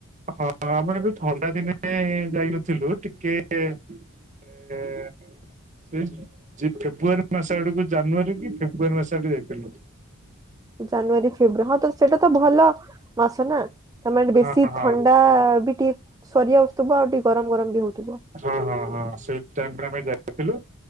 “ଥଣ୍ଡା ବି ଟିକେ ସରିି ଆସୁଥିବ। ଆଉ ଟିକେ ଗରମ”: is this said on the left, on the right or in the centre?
Right